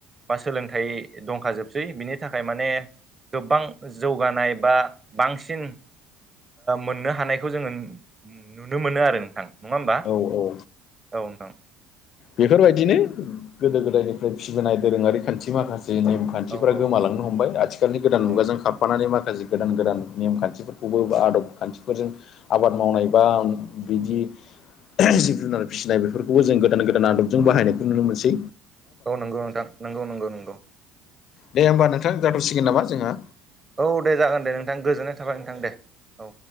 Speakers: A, on the right; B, on the left.
A: बा सोलोंथाइ दंखाजोबसै बिनि थाखाय माने गोबां जौगानाय बा बांसिन मोननो हानायखौ जोङो नुनो मोनो आरो नोंथां नङा होमबा
B: औ औ
A: औ नोंथां।
B: बेफोरबायदिनो गोदो गोदायनिफ्राय फिबोनाय दोरोङारि खान्थि माखासे नेम खान्थिफ्रा
A: औ औ
B: गोमालां नो हमबाय आथिखालनि गोदान
A: औ
B: मुगाजों खाबफानानै माखासे गोदान गोदान नेम खान्थिफोरखौबो बा आदब खान्थिफोरजों आबाद मावनाय बा बिदि जिब जुनार फिसिनाय बेफोरखौबो जों गोदान गोदान। दोन आदबजों बाहायनायखौ नुनो मोनसै
A: औ नंगौ नोंथां नंगौ नंगौ नंगौ।
B: दे होमबा नोंथां जाथावसिगोन नामा जोङो
A: औ दे जागोन दे नोंथां गोजोननाय थाबाय नोंथां दे। औ